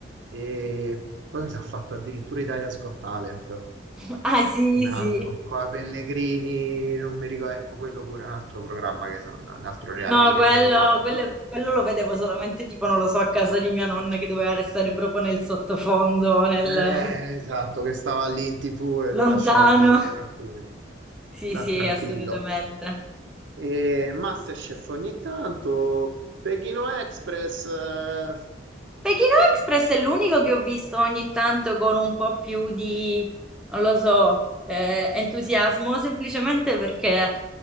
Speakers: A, on the right; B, in the centre.
A: e poi mi sa, ha fatto addirittura Italia's Got Talent
B: <laughs> Ah, sì,
A: un anno.
B: sì.
A: Qua Pellegrini, non mi ricordo, ecco, quello pure è un altro programma che non, un altro reality
B: No,
A: che
B: quello,
A: non guardo.
B: quello, quello lo vedevo solamente tipo, non lo so, a casa di mia nonna che doveva restare proprio nel sottofondo, nel
A: Eh,
B: <laughs>
A: esatto, che stava lì in TV e lo
B: lontano.
A: lasciavamo là tranquillo.
B: Sì,
A: Là
B: sì,
A: tranquillo.
B: assolutamente.
A: E Masterchef ogni tanto, Pechino Express. eh,
B: Pechino Express è l'unico che ho visto ogni tanto con un po' più di, non lo so, eh, entusiasmo, semplicemente perché